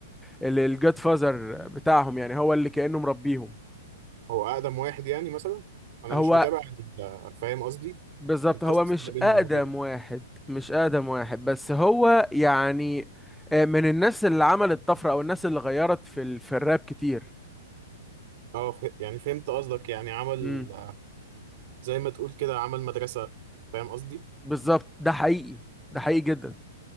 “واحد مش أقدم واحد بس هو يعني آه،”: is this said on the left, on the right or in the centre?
Centre